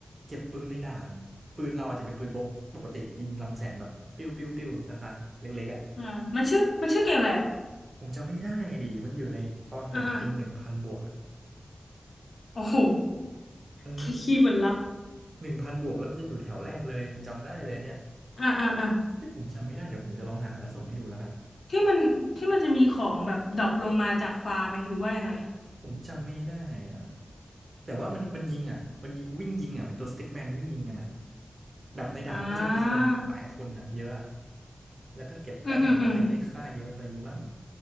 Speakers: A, on the right (about 55°); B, on the left (about 75°).
A: เก็บปืนในด่านปืนเราอาจจะเป็นปืนพกปกติยิงลำแสงแบบปิ้วปิ้วปิ้วสักพักเล็กๆอ่ะ
B: อ่ามันชื่อมันชื่อเกมอะไรอ่ะ
A: ผมจำไม่ได้ดิมันอยู่ในตอนผมพิมพ์หนึ่งพันบวกอ่ะ
B: อ่าอ่าโอ้โห
A: เออ
B: คีย์เวิร์ดลับ
A: หนึ่งพันบวกแล้วมันจะอยู่แถวแรกเลยจำได้เลยอันเนี้ย
B: อ่าอ่าอ่า
A: ที่ผมจำไม่ได้เดี๋ยวผมจะลองหาแล้วส่งให้ดูแล้วกัน
B: ที่มันที่มันจะมีของแบบดรอปลงมาจากฟ้าไหมหรือว่ายังไงอ่ะ
A: ผมจำไม่ได้อะแต่ว่ามันมันยิงอ่ะมันยิงวิ่งยิงอ่ะเป็นตัวสติ๊กแมนวิ่งยิงกันอ่ะดับในด่านมันก็จะมีคนหลายคนอ่ะเยอะอะ
B: อ่า
A: แล้วก็เก็บแต้มว่าใครจะได้ฆ่าเยอะอะไรอย่างงี้มั้ง
B: อืมอืมอืม